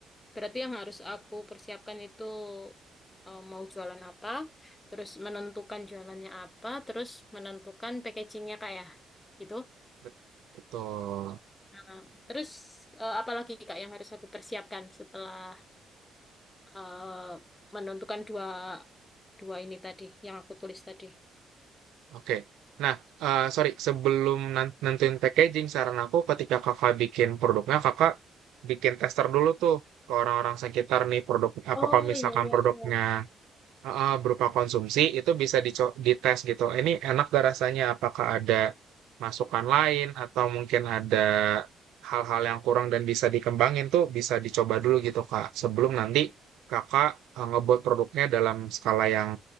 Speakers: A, on the left; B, on the right.
A: Berarti yang harus aku persiapkan itu eh, mau jualan apa, terus menentukan jualannya apa, terus menentukan packagingnya, Kak, ya? Gitu.
B: Bet- Betul.
A: Nah, terus eh, apalagi Kak yang harus aku persiapkan setelah eh, menentukan dua dua ini tadi yang aku tulis tadi.
B: Oke. Nah, eee, sori, sebelum nan nentuin packaging, saran aku ketika Kakak bikin produknya, Kakak bikin tester dulu tuh, ke orang-orang sekitar nih produk apa
A: Oh
B: kalau misalkan
A: iya iya
B: produknya
A: iya. iya.
B: Heeh, berupa konsumsi itu bisa dico- dites gitu. Ini enak gak rasanya? Apakah ada masukan lain atau mungkin ada hal-hal yang kurang dan bisa dikembangin tuh bisa dicoba dulu gitu Kak. Sebelum nanti Kakak eh, ngebuat produknya dalam skala yang